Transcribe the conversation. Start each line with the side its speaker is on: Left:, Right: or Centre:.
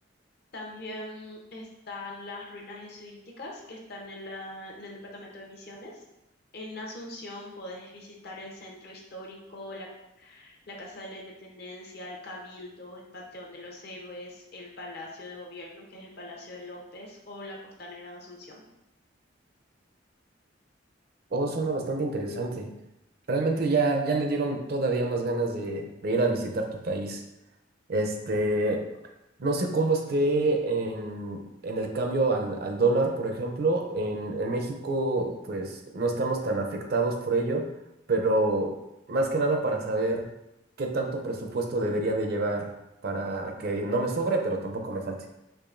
Left: También están las ruinas jesuíticas que están en la, en el departamento de Misiones. En Asunción podés visitar el centro histórico, la, la Casa de la Independencia, el Cabildo, el Panteón de los Héroes, el Palacio de Gobierno, que es el Palacio de López, o la Costanera de Asunción.
Right: Oh, suena bastante interesante. Realmente ya, ya me dieron todavía más ganas de, de ir a visitar tu país. Este, no sé cómo esté en, en el cambio al, al dólar, por ejemplo. En, en México, pues no estamos tan afectados por ello, pero más que nada para saber qué tanto presupuesto debería de llevar para que no me sobre, pero tampoco me falte.